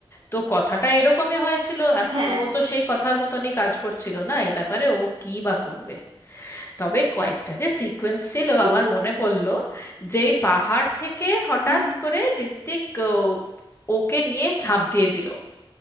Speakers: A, on the left; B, on the right.
A: তো কথাটা এরকমই হয়েছিল এখন
B: হ্যাঁ
A: ও তো সেই কথার মতনই কাজ করছিল না এ ব্যাপারে ও কি বা করবে তবে কয়েকটা যে সিকোয়েন্স ছিল
B: কিন্তু
A: আমার মনে পড়ল যেই পাহাড় থেকে হঠাৎ
B: হুম,
A: করে ঋত্বিক ও, ওকে নিয়ে ঝাঁপ দিয়ে দিল